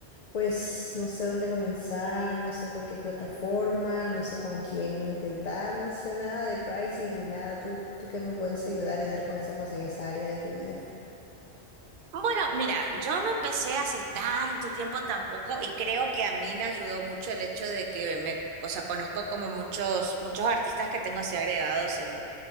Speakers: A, on the left (about 45°); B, on the right (about 55°).
A: Pues no sé dónde comenzar, no sé por qué plataforma, no sé con quién intentar, no sé nada de pricing ni nada. ¿Tú, tú qué me puedes ayudar y dar consejos en esa área de tu vida?
B: Bueno, mira, yo no empecé hace tanto tiempo tampoco y creo que a mí me ayudó mucho el hecho de que me, o sea, conozco como muchos, muchos artistas que tengo así agregados en,